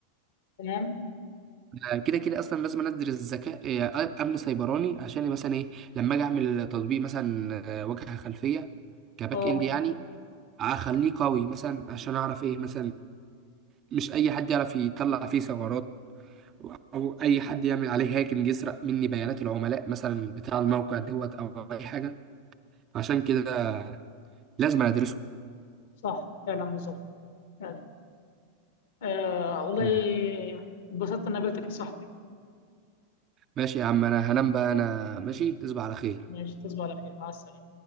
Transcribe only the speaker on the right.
أنا كده كده أصلا لازم أنا أدرس ذكاء آه، أمن سيبراني عشان مثلا إيه لما أجي أعمل تطبيق مثلا آه، واجهة خلفية كباك
إند يعني أخليه قوي مثلا عشان أعرف إيه مثلا مش اي حد يعرف يطلع فيه ثغرات او اي حد يعمل عليه هاكينج يسرق مني بيانات العملاء مثلا بتاع الموقع دوت او اي حاجه عشان كده لازم أنا ادرسه
مم.
ماشي يا عم انا هنام بقى انا ماشي تصبح على خير